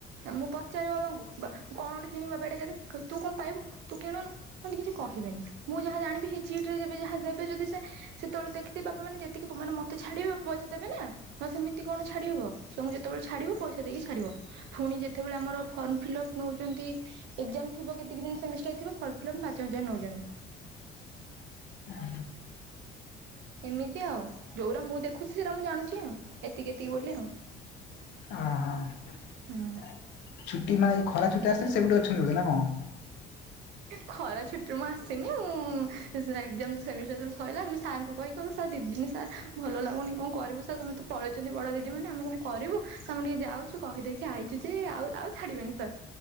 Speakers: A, on the right; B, on the left.
A: ମୁଁ ପଚାରେ ବାବାଙ୍କୁ ବା କଣ ଗୋଟେ କିଣିବି ବାବା ଏଇଟା କେତେ କ ତୁ କଣ ପାଇବୁ ତୁ କିଣୁନୁ। ମତେ କିଛି କହିବେନି ମୁଁ ଯାହା ଜାଣିବି ହେଇ ଚିଟରେ ଯେବେ ଯାହା ଦେବେ ଯଦି ସେ ସେତେବେଳେ ଦେଖିଥିବେ ବାପାମାନେ ଯେତିକି ପ ମାନେ ମତେ ଛାଡିବେ ବାପା ପଇସା ଦେବେନା। ନହେ ସେମିତି କଣ ଛାଡି ହବ ଛୁଆଙ୍କୁ ଯେତେବେଳେ ଛାଡିବ ପଇସା ଦେଇକି ଛାଡିବ। ପୁଣି ଯେତେବେଳେ ଆମର ଫର୍ମ ଫିଲପ୍ ନୋଉଚନ୍ତି ଏଗଜାମ ଥିବ କେତିକି ଦିନ ସେମିଷ୍ଟାର ଥିବ ଫର୍ମ୍ ଫିଲପ୍ ପାଞ୍ଚ ହଜାର ନୋଉଚନ୍ତି।
B: ହ।
A: ଏମିତି ଆଉ ଯୋଉରା ମୁଁ ଦେଖୁଛି ସେରା ମୁଁ ଜାଣୁଚି ଆଉ ଏତିକି ଏତିକି ବୋଲି ଆଉ।
B: ଅହଁ ଛୁଟି
A: ହଁ
B: ମାନେ ଏଇ ଯୋଉ ଖରାଛୁଟିରେ ଆସିଥିଲେ ସେବେଠୁ ଅଛନ୍ତି ବୋଧ ନା କଣ?
A: ଖରା ଛୁଟିରୁ ମୁଁ ଆସିନି ମୁଁ ସେରା ଏଗଜାମ୍ ସେମିଷ୍ଟାର ସଇଲା ଆମେ ସାରଙ୍କୁ କହିକି କହିବୁ ସାର୍ ଦିଦିନି ସାର୍ ଭଲ ଲାଗୁନି କଣ କରିବୁ ସାର୍ ସମସ୍ତେ ପଳେଇଚନ୍ତି ବଡ ଦିଦିମାନେ ଆମେ କଣ କରିବୁ ତ ଆମେ ଟିକେ ଯାଉଚୁ କହିଦେଇକି ଆଇଚୁ ଯେ ଆଉ ଆଉ ଛାଡ଼ିବେନି ସାର୍।